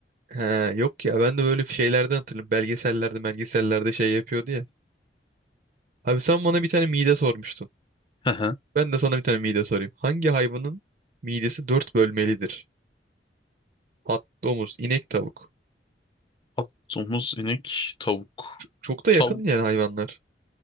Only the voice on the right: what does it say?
He, yok ya ben de böyle şeylerden hatırlıyorum. Belgesellerde belgesellerde şey yapıyordu ya. Abi sen bana bir tane mide sormuştun.
Ben de sana bir tane mide sorayım. Hangi hayvanın midesi dört bölmelidir? At, domuz, inek, tavuk.
Çok da yakın
yani hayvanlar.